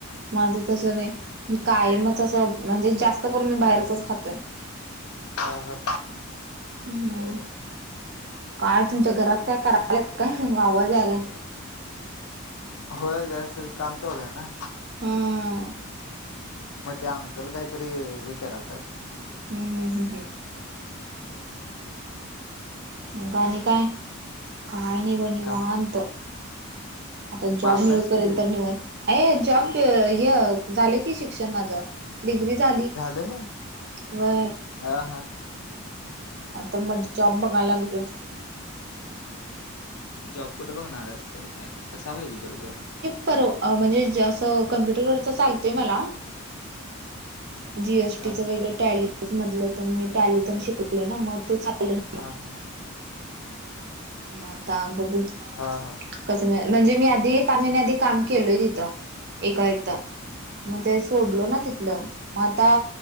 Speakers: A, on the right; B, on the left.
A: माझं तसं नाही काय म तस म्हणजे जास्त करून मी बाहेरचच खातोय. <inaudible>
B: हां हां.
A: <unintelligible> काय तुमच्या घरात काय करायला काय आवाज यायला.
B: होय जरास सगळं काम चालू आहे ना.
A: <unintelligible>
B: मग ते अंकल कायतरी हे कारल्यात.
A: हम् हम हम् हम. मग आणि काय काय नाही निवांत.
B: काय
A: आता जॉब
B: मग अभ्यास
A: मिळूपर्यंत
B: कधी
A: निवांत मत जॉब हे झालं की शिक्षण माझं. डीग्री झाली.
B: झालं ह
A: व्हय
B: हा हा.
A: तर मग जॉब बघायला लागलोय.
B: जॉब कुठे बघणार आहेस तरी काय कसा पाहिजे तुला जॉब.
A: म्हणजें असं कम्प्युटरवररचा चालतोय मला. जीएसटी
B: हा
A: च वगैरे टॅली तर मी टॅली शिकलोय ना मग ते चालेल मला.
B: हा हा.
A: मं तां आं बघूं.
B: हा हा.
A: कसं म्हणजे मी आंधी पांच महिने आधीच कामं केलंय तिथं एकां इथं. मंग ते सोडलो नां तिथलं मंग आंता